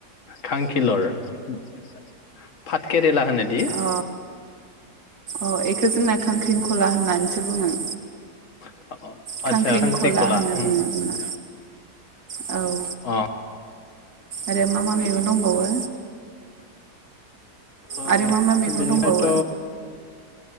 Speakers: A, on the left; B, on the right.
A: खांखिलर फाट केट लेरा होनोदि
B: अ अ इखौ जोंना खांख्रिंखला होननानैसो बुङो।
A: <unintelligible> अ अ
B: खांख्रिंखला
A: आतसा सांख्रि खला
B: होनना
A: हो
B: बुङो जोंना औ
A: अ
B: ओरो मा मा मैगं दंबावो?
A: अ
B: आरो मा मा मैगं
A: बेनिफ्रायथ
B: दंबावो